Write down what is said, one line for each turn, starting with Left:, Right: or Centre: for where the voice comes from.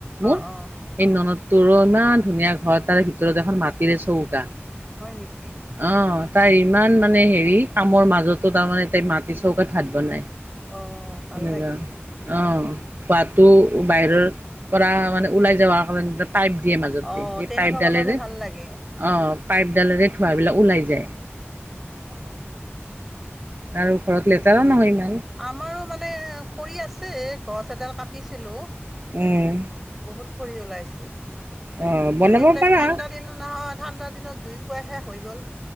Right: মোৰ
Centre: অ অ
Right: এই
Centre: অ
Right: ননদটোৰ অ ইমান ধুনীয়া ঘৰ তাৰে ভিতৰত এখন মাটিৰে চৌকা
Centre: হয় নেকি?
Right: অ, তাৰ ইমান মানে হেৰি কামৰ মাজতো তাৰমানে তাই মাটি চৌকাত হাত বনাই।
Centre: অ ভাল
Right: তেনেকা
Centre: লাগে
Right: অ', হোৱাতো বাহিৰৰ পৰা মানে ওলাই যাবাৰ কাৰণে। পাইপ দিয়ে মাজতে
Centre: অ
Right: সেই
Centre: তেনেকুৱা
Right: পাইপডালেৰে
Centre: বনালে ভাল লাগে
Right: অ' পাইপডালেৰে ধোৱা বিলাক ওলাই যায়।
Centre: অঁ,
Right: আৰু ঘৰত লেতেৰা নহয় ইমান।
Centre: আমাৰো মানে খৰি আছে, গছ এডাল কাটিছিলো।
Right: উম,
Centre: বহুত কৰি ওলাইছিল।
Right: অ', বনাব
Centre: এইবিলাক
Right: পাৰা
Centre: ঠাণ্ডা দিন নহয়। ঠাণ্ডা দিনত জুই পোৱাইহে হৈ গ'ল।